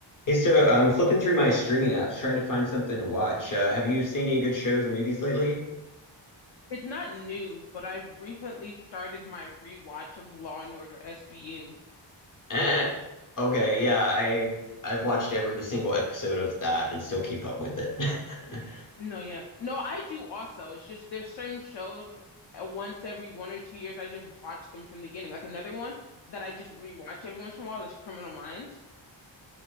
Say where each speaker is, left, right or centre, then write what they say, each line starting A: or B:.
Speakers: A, on the left (about 45°); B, on the left (about 60°).
A: Hey, so I'm flipping through my streaming apps trying to find something to watch. Uh, have you seen any good shows or movies lately?
B: It's not new, but I've recently started my rewatch of Law and Order SVU.
A: Eh. Okay, yeah, I've I've watched every single episode of that and still keep up with it. <laughs>
B: No, yeah. No, I do also. It's just there's certain shows uh, once every one or two years I just watch them from the beginning. Like another one that I just rewatch every once in a while is Criminal Minds.